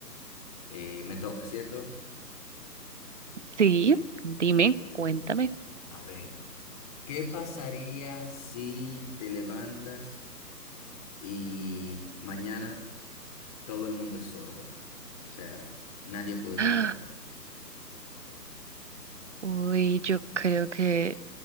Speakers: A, on the left (about 20°); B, on the right (about 45°).
A: Eh, me toca, ¿cierto?
B: Sí, dime,
A: Ok, ok,
B: cuéntame.
A: ok, ok. A ver, ¿qué pasaría si te levantas y mañana todo el mundo es sordo? O sea, nadie puede escuchar,
B: ¡Ah! Uy, yo creo que,